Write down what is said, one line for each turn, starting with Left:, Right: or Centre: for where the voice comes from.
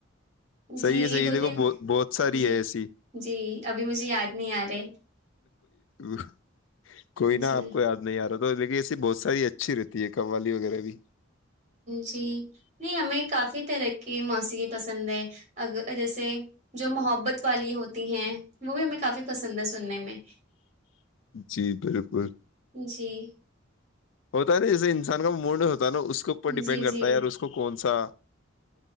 Left: صحیح
Right: جی
Left: ہے
Right: یہ
Left: صحیح
Right: دو
Left: ہے دیکھو
Right: تین
Left: بہت بہت ساری
Right: جی
Left: ہے ایسی
Right: جی ابھی مجھے یاد نہیں آ رہے
Left: واہ <inaudible> کوئی نا
Right: جی
Left: آپ کو یاد نہیں آ رہا دیکھیے ایسی بہت ساری اچھی رہتی ہے قوالی وغیرہ بھی
Right: جی نہیں ہمیں کافی طرح کے موسیقی پسند ہے اگر جیسے جو محبت والی ہوتی ہیں وہ بھی ہمیں کافی پسند ہے سننے میں
Left: جی بالکل
Right: جی
Left: ہوتا ہے نا جیسے انسان کا موڈ ہوتا نا اس کے اوپر ڈپینڈ
Right: جی
Left: کرتا
Right: جی
Left: ہے اور اس کون س سا